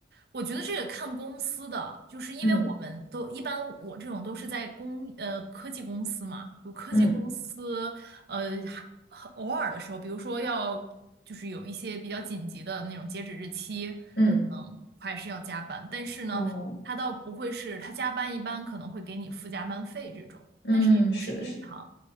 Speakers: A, on the right; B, on the left.
A: 我觉得这个看公司的，就是因为我们都一般，
B: 嗯
A: 我这种都是在公呃科技公司嘛，就科技公司，
B: 嗯
A: 呃，还很偶尔的时候，比如说要就是有一些比较紧急的那种截止日期，
B: 嗯，
A: 可能还是要加班。但是呢，
B: 哦，
A: 他倒不会是他加班，一般可能会给你付加班费这种，
B: 嗯，
A: 但是也不是经常，
B: 是的，是的，